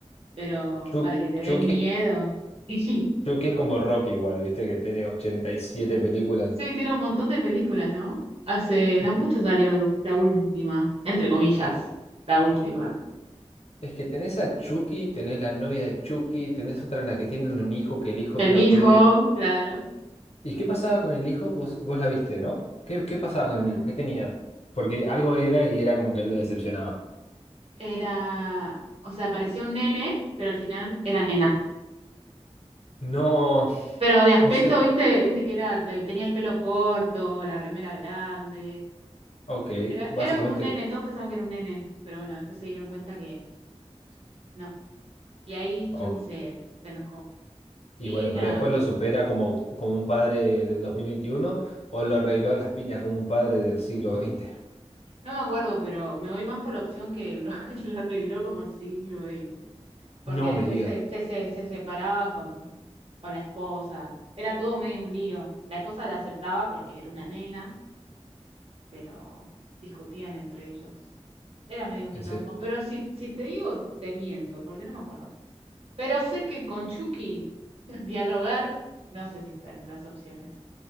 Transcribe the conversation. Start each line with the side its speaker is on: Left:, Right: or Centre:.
Right: pero
Left: Chu-
Right: para que te dé
Left: Chucky,
Right: miedo.
Left: es-
Right: <laughs>
Left: Chucky es como Rocky igual, viste que tiene 87 películas.
Right: Sí, tiene un montón de películas, ¿no? Hace
Left: Es,
Right: no mucho salió la última, entre comillas,
Left: es-
Right: la última.
Left: es que tenés a Chucky, tenés la novia de Chucky, tenés otra en la que tienen un hijo que el hijo
Right: El
Left: creo
Right: hijo,
Left: que
Right: claro.
Left: ¿Y qué pasaba con el hijo? Vos, vos la viste, ¿no? ¿Qué, qué pasaba con
Right: Mm.
Left: el hijo? ¿Qué tenía? Porque algo era y era como que lo decepcionaba.
Right: Era, o sea, parecía un nene, pero al final era nena.
Left: No,
Right: Pero de aspecto,
Left: no sé.
Right: viste, viste que era, te- tenía el pelo corto, la remera grande.
Left: Ok,
Right: Era,
Left: básicamente.
Right: era como un nene, todos pensaban que era un nene, pero bueno, después se dieron cuenta que no. Y ahí
Left: ok.
Right: Chucky se, se enojó.
Left: Y
Right: Y
Left: bueno,
Right: la,
Left: pero después lo supera como, como un padre del 2021 o lo arregló a las piñas como un padre del siglo XX.
Right: no me acuerdo, pero me voy más por la opción que lo, <laughs> lo reveló como el siglo XX. Porque
Left: No
Right: después
Left: me digas.
Right: se, se, se, se separaba con, con la esposa. Era todo medio un lío. La esposa la aceptaba porque era una nena, pero discutían entre ellos. Era medio un
Left: En
Right: quilombo,
Left: serio.
Right: pero si, si te digo, te miento, porque no me acuerdo. Pero sé que con Chucky <laughs> dialogar, no sé si están las opciones.